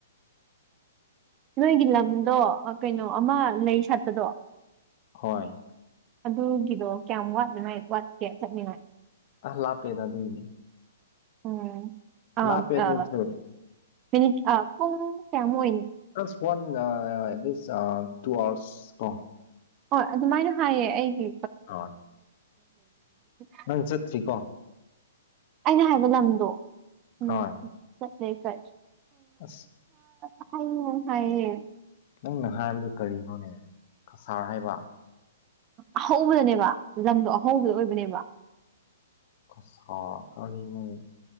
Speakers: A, on the right (about 25°); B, on the left (about 45°).
A: ꯅꯣꯏꯒꯤ ꯂꯝꯗꯣ ꯀꯩꯅꯣ ꯑꯃ ꯂꯩ ꯁꯥꯠꯄꯗꯣ
B: ꯍꯣꯏ
A: ꯑꯗꯨꯒꯤꯗꯣ ꯀꯌꯥꯝ ꯋꯥꯠꯅꯤꯉꯥꯏ ꯋꯥꯠꯀꯦ ꯆꯠꯅꯤꯡꯉꯥꯏ
B: ꯑ ꯂꯥꯞꯄꯦꯗ ꯑꯗꯨꯏꯗꯤ
A: ꯎꯝ ꯑ
B: ꯂꯥꯞꯄꯦ ꯑꯗꯨꯁꯨ
A: ꯑ ꯃꯤꯅꯤꯠ ꯑ ꯄꯨꯡ ꯀꯌꯥꯃꯨꯛ ꯑꯣꯏꯅꯤ
B: ꯑꯁ ꯋꯥꯟ <unintelligible> ꯇꯨ ꯑꯋꯥꯔꯁ ꯀꯣ
A: ꯍꯣꯏ ꯑꯗꯨꯃꯥꯏꯅ ꯍꯥꯏꯌꯦ ꯑꯩꯒꯤ
B: ꯍꯣꯏ
A: <unintelligible>
B: ꯅꯪ ꯆꯠꯇ꯭ꯔꯤꯀꯣ
A: ꯑꯩꯅ ꯍꯥꯏꯕ ꯂꯝꯗꯣ ꯎꯝ
B: ꯍꯣꯏ
A: ꯆꯠꯁꯦ ꯆꯠ
B: ꯑꯁ
A: <inaudible> ꯍꯥꯏꯌꯦ
B: ꯅꯪꯅ ꯍꯥꯏꯕꯗꯣ ꯀꯔꯤꯅꯣꯅꯦ ꯀꯁꯥꯔ ꯍꯥꯏꯕ
A: ꯑꯍꯧꯕꯗꯅꯦꯕ ꯂꯝꯗꯣ ꯑꯍꯧꯕꯗꯣ ꯑꯣꯏꯕꯅꯦꯕ
B: ꯀꯁꯥꯔ ꯀꯔꯤꯅꯣꯅꯦ